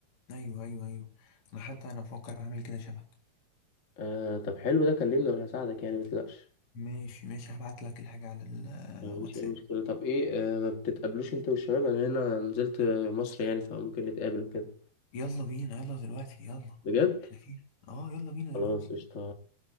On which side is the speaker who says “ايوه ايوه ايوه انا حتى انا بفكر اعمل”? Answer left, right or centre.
Left